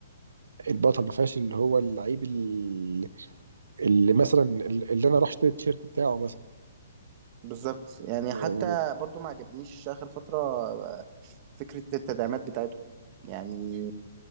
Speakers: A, on the right; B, on the right.
A: البطل ما فيهاش اللي هو اللعيب ال- اللي مثلا اللي انا اروح اشتري التيشيرت بتاعه مثلا
B: بالظبط يعني
A: ما-
B: حتى
A: يعني
B: برضو ما عجبنيش اخر فترة آه، فكرة التدعيمات بتاعته يعني